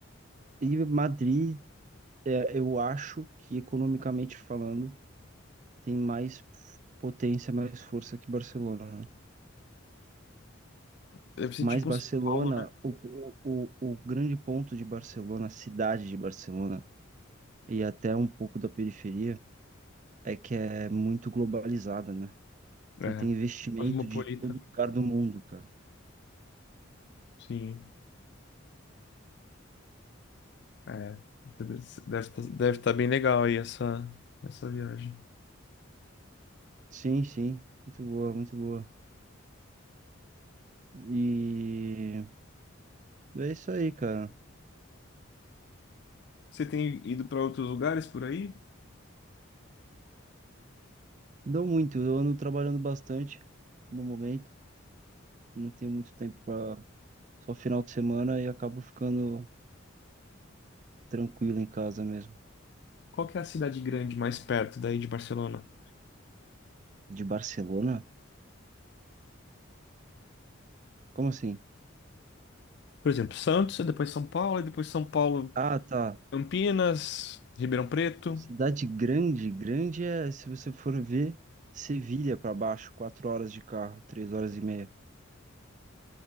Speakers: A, on the right; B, on the left.
A: e Madrid É, eu acho que, economicamente falando, tem mais potência, mais força que Barcelona. né?
B: Deve ser
A: Mas
B: tipo
A: Barcelona,
B: um São Paulo, né?
A: o, o, o, o grande ponto de Barcelona, a cidade de Barcelona, e até um pouco da periferia, é que é muito globalizada, né? Então
B: É,
A: tem investimento
B: cosmopolita.
A: de todo lugar do mundo, cara.
B: Sim. É, deve deve estar bem legal aí essa, essa viagem.
A: Sim, sim. Muito boa, muito boa. E é isso aí, cara.
B: Você tem ido para outros lugares por aí?
A: Dou muito. Eu ando trabalhando bastante no momento. Não tenho muito tempo Só final de semana e acabo ficando tranquilo em casa mesmo.
B: Qual que é a cidade grande mais perto daí de Barcelona?
A: De Barcelona? Como assim?
B: Por exemplo, Santos, e depois São Paulo, e depois São Paulo,
A: Ah, tá.
B: Campinas, Ribeirão Preto.
A: Cidade grande, grande é, se você for ver, Sevilha pra baixo, quatro horas de carro, três horas e meia.